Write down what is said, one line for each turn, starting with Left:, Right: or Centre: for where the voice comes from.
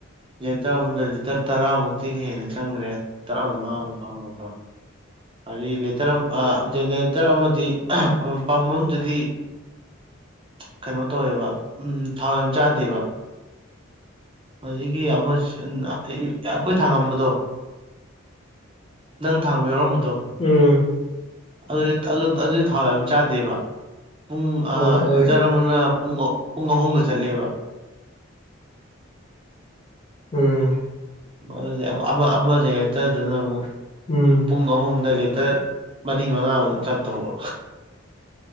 Right: ꯖꯦꯅꯦꯇꯔ ꯑꯝꯇ ꯂꯤꯇꯔ ꯇꯔꯥꯃꯨꯛꯇꯤ ꯍꯦꯟꯅ ꯆꯪꯒ꯭ꯔꯦ ꯇꯔꯥ ꯃꯉꯥꯃꯨꯛ <unintelligible> ꯑꯗꯩ ꯂꯤꯇ꯭ꯔ ꯑꯝ ꯑꯥ ꯖꯦꯅꯦꯔꯦꯇꯔ ꯑꯃꯗꯤ ꯄꯝ ꯑꯃꯗꯗꯤ ꯀꯅꯣ ꯇꯧꯋꯦꯕ ꯎꯝ ꯊꯥꯎ ꯌꯥꯝ ꯆꯥꯗꯦꯕ ꯑꯗꯒꯤ ꯑꯃ <unintelligible> ꯑꯈꯣꯏ ꯊꯥꯉꯝꯕꯗꯣ ꯅꯪ ꯊꯥꯡꯕ ꯌꯥꯎꯔꯝꯕꯗꯣ
Left: ꯑꯦ
Right: ꯑꯗꯨꯠ ꯑꯗꯨ ꯑꯗꯨꯗꯤ ꯊꯥꯎ ꯌꯥꯝ ꯆꯥꯗꯦꯕ ꯄꯨꯡ
Left: ꯍꯣꯏ
Right: ꯑꯥ
Left: ꯍꯣꯏ
Right: ꯂꯤꯇꯔ ꯑꯃꯅ ꯄꯨꯡ ꯑꯥ ꯄꯨꯡ ꯑꯍꯨꯝꯒ ꯆꯠꯂꯦꯕ
Left: ꯎꯝ
Right: ꯑꯗꯨꯗꯤ ꯑꯃ ꯑꯃ ꯑꯃ ꯖꯦꯅꯦꯇꯔꯗꯨꯅ ꯑꯃꯨꯛ
Left: ꯎꯝ
Right: ꯄꯨꯡ ꯑꯍꯨꯝꯗ ꯂꯤꯇꯔ ꯃꯔꯤ ꯃꯉꯥꯃꯨꯛ ꯆꯠꯇꯧꯕ